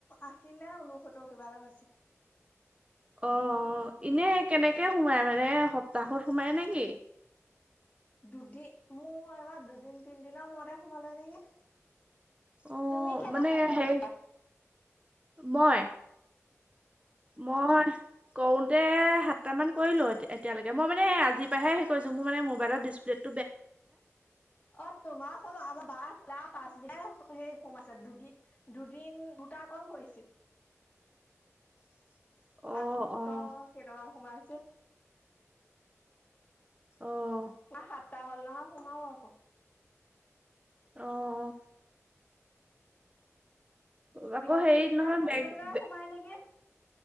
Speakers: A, on the left; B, on the right.
A: আশী নে ঊনসত্তৰ কিবা এটা পাইছিলো।
B: অ, ইনে কেনেকে সোমাই মানে সপ্তাহত সোমায় নেকি?
A: দুদিন মোৰ এইবাৰ দুদিন -তিনদিনৰ মূৰতে সোমালে নেকি?
B: অ',
A: তুমি কেইটা
B: মানে
A: ফোন কৰিলা?
B: হেৰি মই মই কৰোতে সাতটা মান কৰিলো এতিয়ালৈকে, মই মানে আজি পৰাহে সেই কৰিছো, মোৰ মানে মোবাইলত ডিছপ্লেট
A: অ, তোমাৰ খন, আমাৰ বা তাৰ পাছদিনা সেই সোমাইছে, দুদিন-দুদিন দুটা কল কৰিছোঁ।
B: <inaudible>
A: পাঁচশ
B: অ', অ',
A: কেইটকা সোমাইছিল।
B: অ',
A: মই সাতটা মানুহৰ সোমাল আকৌ।
B: অ-অ অ', আকৌ
A: বৃহস্পতিবাৰ,
B: হেৰি নহয়
A: বৃহস্পতিবাৰে
B: বেগ
A: সোমাই নেকি?